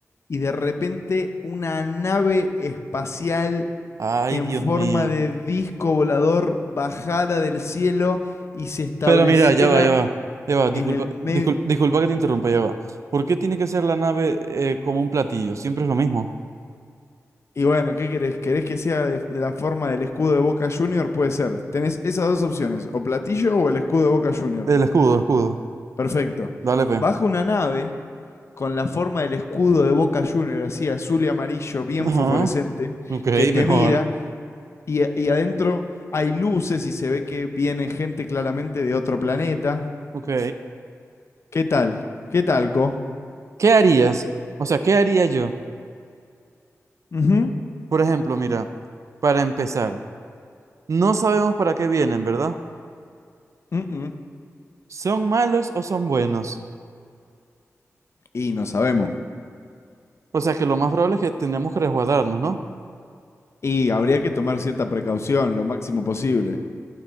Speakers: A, on the left; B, on the right.
A: y de repente una nave espacial
B: Ay,
A: en
B: Dios
A: forma
B: mío.
A: de disco volador bajara del cielo y se estableciera
B: Pero mira, ya va, ya va. Ya va, disculpa,
A: en el medio.
B: discul- disculpa que te interrumpa, ya va. ¿Por qué tiene que ser la nave eh, como un platillo? Siempre es lo mismo.
A: Y bueno, ¿qué querés? ¿Querés que sea de, de la forma del escudo de Boca Junior? Puede ser. Tenés esas dos opciones, o platillo o el escudo de Boca Junior.
B: El escudo, el escudo.
A: Perfecto.
B: Dale, pe.
A: Baja una nave con la forma del escudo de Boca Junior, así azul y amarillo, bien
B: Ajá,
A: fosforescente,
B: Ok,
A: que te
B: mejor.
A: mira y, y adentro hay luces y se ve que viene gente claramente de otro planeta.
B: ok.
A: ¿Qué tal? ¿Qué tal, Co?
B: ¿Qué harías? O sea, ¿qué haría yo?
A: Ujú.
B: Por ejemplo, mira, para empezar, no sabemos para qué vienen, ¿verdad?
A: Mm-mm.
B: ¿Son malos o son buenos?
A: Y no sabemos.
B: O sea que lo más probable es que tenemos que resguardarnos, ¿no?
A: Y habría que tomar cierta precaución, lo máximo posible.